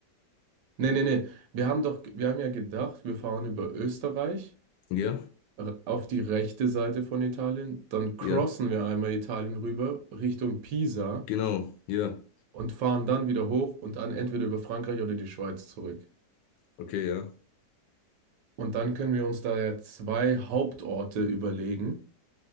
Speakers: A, on the right; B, on the left.
A: Nee, nee, nee. Wir haben doch, wir haben ja gedacht, wir fahren über Österreich
B: Ja,
A: äh, auf die rechte Seite von Italien, dann
B: ja,
A: crossen wir einmal Italien rüber Richtung Pisa
B: genau, ja,
A: und fahren dann wieder hoch und dann entweder über Frankreich oder die Schweiz zurück.
B: okay, ja.
A: Und dann können wir uns da ja zwei Hauptorte überlegen